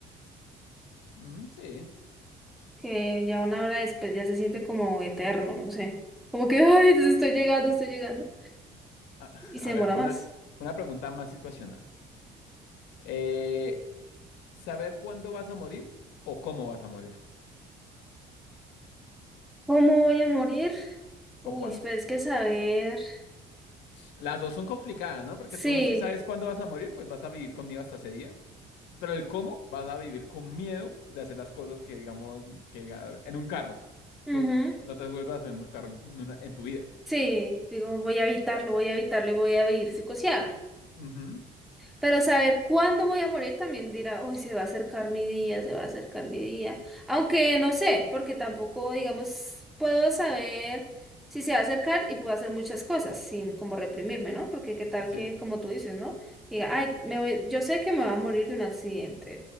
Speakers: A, on the left (about 80°); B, in the centre.
A: Mm, sí.
B: que ya una hora después ya se siente como eterno, no sé. Como que, ay, entonces estoy llegando, estoy llegando.
A: A, <laughs>
B: Y
A: a
B: se demora
A: ver, una,
B: más.
A: una pregunta más situacional. Eh, ¿saber cuándo vas a morir o cómo vas a morir?
B: ¿Cómo voy a morir? Uy,
A: ¿O cuándo?
B: pero es que saber.
A: Las dos son complicadas, ¿no? Porque
B: Sí,
A: tú si sabes cuándo vas a morir, pues vas a vivir con miedo hasta ese día. Pero el cómo, vas a vivir con miedo de hacer las cosas que, digamos, que diga- en un carro.
B: ujú,
A: Tú no te vuelvas a subir en un carro en, una- en tu vida.
B: Sí, digo, voy a evitarlo, voy a evitarlo y voy a vivir psicoseada.
A: Ujú.
B: Pero saber cuándo voy a morir también dirá, uy, se va a acercar mi día, se va a acercar mi día. Aunque no sé, porque tampoco, digamos, puedo saber si se va a acercar y puedo hacer muchas cosas sin como reprimirme, ¿no? Porque qué tal
A: Sí,
B: que, como tú dices, ¿no? Diga, ay, me voy, yo sé que me va a morir de un accidente